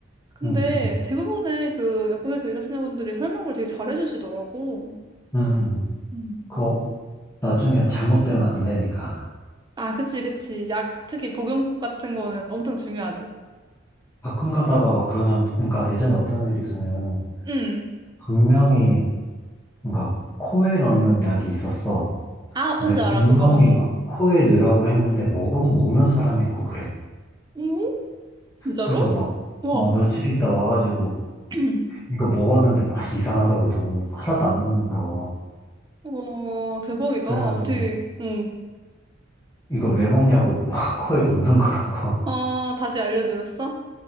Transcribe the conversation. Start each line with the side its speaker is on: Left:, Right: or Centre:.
Right: 근데
Left: 응, 응,
Right: 대부분의 그 약국에서 일하시는 분들이 설명을 되게 잘해주시더라고.
Left: 응, 응.
Right: 음.
Left: 그거 나중에 잘못되면 안 되니까.
Right: 아, 그치, 그치. 약, 특히 복용 같은 거는 엄청 중요하지.
Left: 가끔 가다가 막 그런 사람, 그러니까 예전에 어떤 일이 있었냐면,
Right: 응.
Left: 분명히, 그러니까 코에 넣는 약이 있었어.
Right: 아, 뭔지
Left: 근데 분명히
Right: 알아, 그거. 어.
Left: 막 코에 넣으라고 했는데, 먹은, 먹는 사람이 있고 그래.
Right: 응? 진짜로?
Left: 그래서 막,
Right: 와.
Left: 어, 며칠 있다 와가지고,
Right: <clears throat>
Left: 이거 먹었는데 맛이 이상하다고 너무 하나도 안 남는다고.
Right: 와, 대박이다.
Left: 그래가지고,
Right: 어떻게, 응.
Left: 이걸 왜 먹냐고 막 <laughs> 코에 넣는 거라고
Right: 아, 다시 알려드렸어?